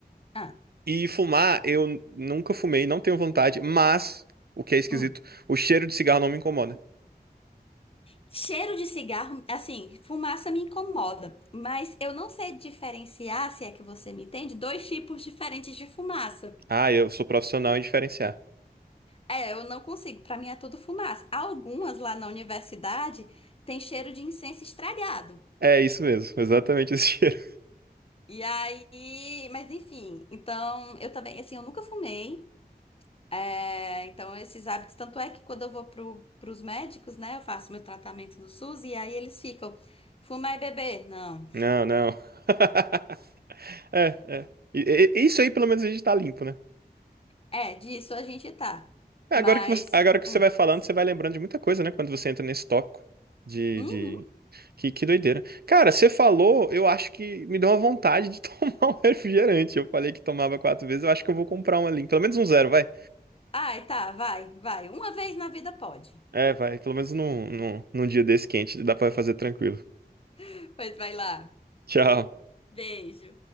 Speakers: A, on the left (about 35°); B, on the right (about 70°).
A: Ah,
B: E fumar, eu n- nunca fumei, não tenho vontade, mas o que é esquisito,
A: hum.
B: o cheiro de cigarro não me incomoda.
A: Cheiro de cigarro, assim, fumaça me incomoda, mas eu não sei diferenciar, se é que você me entende, dois tipos diferentes de fumaça.
B: Ah, eu sou profissional em diferenciar.
A: É, eu não consigo, pra mim é tudo fumaça. Algumas lá na universidade têm cheiro de incenso estragado.
B: É isso mesmo, <laughs> exatamente esse cheiro.
A: E aí, mas enfim, então eu também, assim, eu nunca fumei. é, então esses hábitos, tanto é que quando eu vou pro, pros médicos, né, eu faço meu tratamento no SUS e aí eles ficam, fumar e beber? Não.
B: Não, não. <laughs> É, é. E- e- isso aí, pelo menos, a gente tá limpo, né?
A: É, disso a gente tá.
B: É,
A: Mas,
B: Agora que você, agora que você
A: hum,
B: vai falando,
A: é isso.
B: você vai lembrando de muita coisa, né? Quando você entra nesse tópico de,
A: Uhum.
B: de... Que, que doideira. Cara, você falou, eu acho que me deu uma vontade de <laughs> tomar um refrigerante. Eu falei que tomava quatro vezes, eu acho que eu vou comprar um ali. Pelo menos um zero, vai.
A: Ai, tá, vai, vai. Uma vez na vida pode.
B: É, vai. Pelo menos num, num, num dia desse quente, dá pra fazer tranquilo.
A: <laughs> Pois vai lá.
B: Tchau.
A: Beijo.